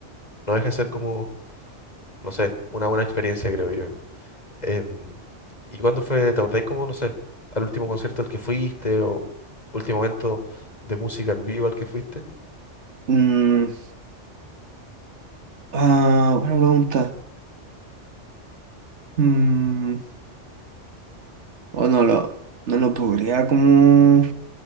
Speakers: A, on the left (about 35°); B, on the right (about 70°).
A: no deja de ser como, no sé, una buena experiencia, creo yo. Em, ¿y cuándo fue, te acordáis como, no sé, al último concierto al que fuiste o último evento de música en vivo al que fuiste?
B: Mm, ah, buena pregunta. Mm, o no lo, no lo podría como,